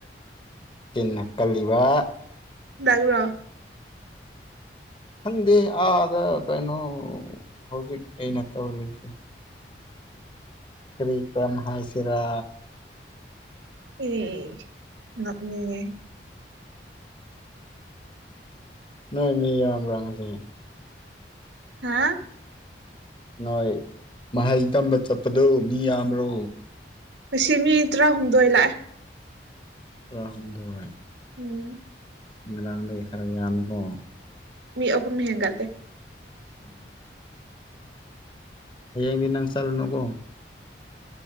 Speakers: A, on the left; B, on the right.
A: ꯆꯤꯟꯅ ꯀꯜꯂꯤꯕ
B: ꯅꯪꯔꯣ
A: ꯈꯪꯗꯦ ꯑꯥꯗ ꯀꯩꯅꯣ ꯍꯧꯖꯤꯛ ꯑꯩꯅ ꯇꯧꯔꯤꯁꯦ
B: <inaudible>
A: ꯀꯔꯤ ꯀ꯭ꯔꯝ ꯍꯥꯏ ꯁꯤꯔ
B: ꯑꯦꯁ ꯅꯣꯛꯅꯤꯡꯉꯦ
A: ꯅꯣꯏ ꯃꯤ ꯌꯥꯝꯕ꯭ꯔꯥ ꯉꯁꯤ
B: ꯍꯥꯥ
A: ꯅꯣꯏ ꯃꯍꯩ ꯇꯝꯕ ꯆꯠꯄꯗꯣ ꯃꯤ ꯌꯥꯝꯕ꯭ꯔꯣ
B: ꯉꯁꯤ ꯃꯤ ꯇꯔꯥꯍꯨꯝꯗꯣꯏ ꯂꯥꯛꯑꯦ
A: ꯇꯔꯥꯍꯨꯝꯗꯣꯏ
B: ꯎꯝ
A: ꯉꯥꯔꯥꯡꯗꯒꯤ ꯈꯔ ꯌꯥꯝꯃꯦꯀꯣ
B: ꯃꯤ ꯑꯍꯨꯝ ꯍꯟꯒꯠꯂꯦ
A: <inaudible> ꯍꯌꯦꯡꯗꯤ ꯅꯪ ꯆꯠꯂꯨꯅꯨꯀꯣ